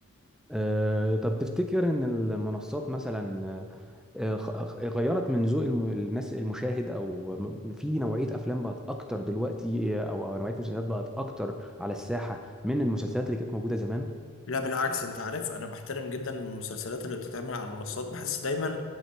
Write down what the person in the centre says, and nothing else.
آه طب تفتكر ان المنصات مثلا غ- غيرت من ذوق الم- الناس المشاهد او م- في نوعيه افلام بقت اكتر دلوقتي او أو نوعيه مسلسلات بقت اكتر على الساحه من المسلسلات اللي كانت موجوده زمان